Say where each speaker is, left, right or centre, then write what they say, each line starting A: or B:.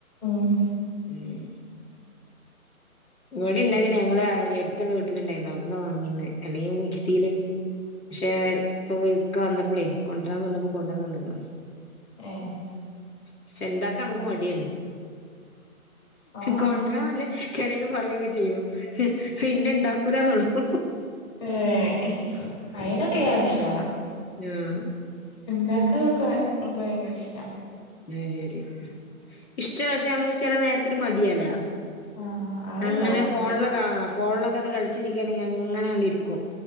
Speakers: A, on the left; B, on the left.
A: ആഹ
B: <inaudible> ഇവിടെ ഇണ്ടായിരുന്നില്ല ഞങ്ങള് എടുത്തുള്ള വീട്ടിൽ ഇണ്ടായിരുന്നു അവിടന്നാ വാങ്ങിയന്ന് അല്ലെങ്കിൽ മിക്സിയില് പക്ഷെ ഇപ്പൊക്കെ വന്നപ്പോളേ കൊണ്ടുവരാൻ വന്നപ്പോ കൊണ്ടുവന്ന വന്നിക്കണം
A: <unintelligible>
B: പക്ഷെ എന്താക്കാ നമുക്ക് മടിയാണ്
A: ആഹ്
B: കൊണ്ടരാൻല്ലേ കിടയിൽ പറഞ്ഞൊക്കെ ചെയ്യോ ഇന്നെ ഇണ്ടാക്കൂല എന്നോള്ളു
A: ഏഹ അയിനൊക്കെ ഞാൻ ഉഷാറ
B: ആഹ
A: ഉണ്ടാക്കാക്കെ എനിക്ക് ഭയങ്കര ഇഷ്ട
B: ഉ ശരി ഇഷ്ട പക്ഷെ നമുക്ക് ചെല നേരത്തിൽ മടിയാ
A: ആഹ് അത്ണ്ടാവും
B: അങ്ങനെ ഫോണിലക്കെ ഫോണിലൊക്കെ തെ കളിച്ചിരിക്കുകയാണെങ്കിൽ അങ്ങനെ വേണ്ടി ഇരിക്കും